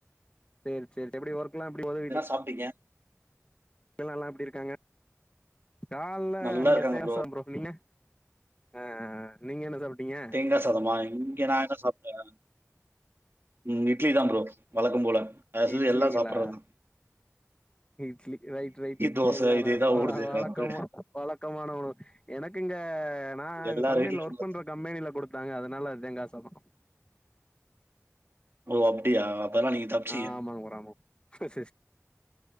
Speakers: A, on the left; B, on the right.
A: சேரி சேரி எப்படி ஒர்க்கலாம் எப்படி போது வீட்ல
B: சாப்பிட்டீங்க
A: எல்லா எப்டி இருக்காங்க கால்ல
B: நல்லா
A: இங்க
B: இருக்காங்க
A: தேசா ப்ரோ நீங்க ஆ அ நீங்க என்ன சாப்ட்டீங்க
B: தேங்கா சாதமா இங்க நான் என்ன சாப்பிட்டேன் ம் இட்லி தா ப்ரோ வழக்கம் போல ஏஸ் யூஸ்வல்
A: இட்லிங்களா
B: எல்லாம் சாப்பட்றது தா
A: இட்லி ரைட் ரைட்
B: தோசை
A: எல்லாரும்
B: இதே தான்
A: வழ
B: ஓடுது.
A: வழக்கமா
B: வேற ஒண்ணும் இல்ல.
A: வழக்கமான உணவு எனக்குங்க நான்
B: எல்லார்
A: கம்பெனில
B: வீட்லயும்
A: ஒர்க்
B: உள்ளது
A: பண்ற
B: தான்.
A: கம்பெனில கொடுத்தாங்க அதனால அதாங்க தேங்காய் சாத
B: ஓ அப்டியா பரவால்ல நீங்க தப்பிச்சீங்க
A: ஆமாங்க ப்ரோ ஆமாங்க